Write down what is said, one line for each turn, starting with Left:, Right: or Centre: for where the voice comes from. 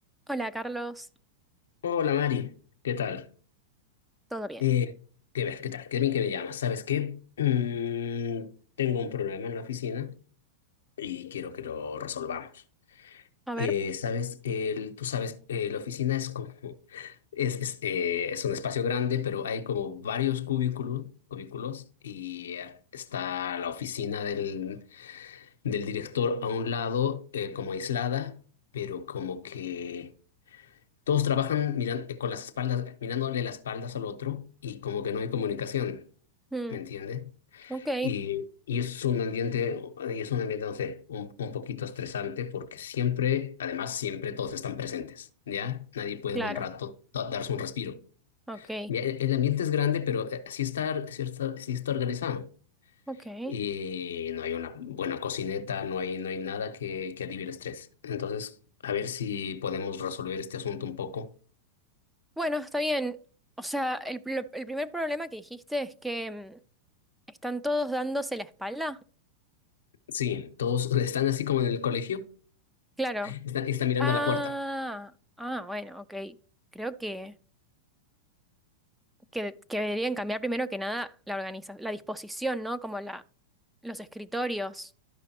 Centre: Hola, Carlos.
Left: Hola Mari, ¿qué tal?
Centre: ¿Todo bien?
Left: Eh, qué ver, ¿qué tal? Qué bien que me llamas. ¿Sabes qué? Mm, tengo un problema en la oficina y quiero que lo resolvamos.
Centre: A
Left: Eh,
Centre: ver.
Left: ¿sabes? El, tú sabes, eh, la oficina es como, <laughs> es, es, eh, es un espacio grande, pero hay como varios cubículos, cubículos y eh, está la oficina del, del director a un lado, eh, como aislada, pero como que Todos trabajan miran- eh, con las espaldas, mirándole las espaldas al otro y como que no hay comunicación,
Centre: mm,
Left: ¿me entiende?
Centre: ok,
Left: Y, y es un ambiente, y es un ambiente, no sé, un, un poquito estresante porque siempre, además siempre todos están presentes, ¿ya? Nadie puede
Centre: claro.
Left: un rato da- darse un respiro.
Centre: Ok,
Left: Mira, El el ambiente es grande, pero eh, sí está, sí está, sí está organizado.
Centre: ok.
Left: Y no hay una buena cocineta, no hay, no hay nada que, que alivie el estrés. Entonces, a ver si podemos resolver este asunto un poco.
Centre: Bueno, está bien. O sea, el, pl- el primer problema que dijiste es que mm, están todos dándose la espalda.
Left: Sí, todos están así como en el colegio,
Centre: Claro.
Left: están, están mirando
Centre: Ah,
Left: a la puerta.
Centre: ah, bueno, ok. Creo que, que, que deberían cambiar primero que nada la organiza, la disposición, ¿no? Como la, los escritorios.